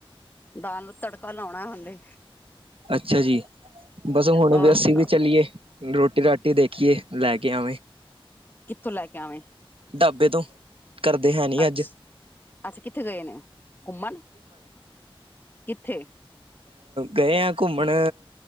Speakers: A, on the left (about 20°); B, on the right (about 70°).
A: ਦਾਲ ਨੂੰ ਤੜਕਾ ਲਾਉਣਾ ਹਾਲੇ
B: ਅੱਛਾ ਜੀ, ਬਸ ਹੁਣ
A: ਹੋਰ
B: ਵੀ ਅਸੀਂ
A: ਸੁਣਾਓ
B: ਵੀ ਚੱਲੀਏ। ਰੋਟੀ ਰਾਟੀ, ਦੇਖੀਏ ਲੈ ਕੇ ਆਵੇਂ,
A: ਕਿੱਥੋਂ,, ਲੈ ਕੇ ਆਵੇ?
B: ਢਾਬੇ ਤੋਂ, ਕਰਦੇ ਹੈ ਨੀ
A: ਅੱਛ,
B: ਅੱਜ
A: ਅੱਜ ਕਿੱਥੇ ਗਏ ਨੇ ਘੁੰਮਣ, ਕਿੱਥੇ?
B: ਗਏ ਹਾਂ ਘੁੰਮਣ,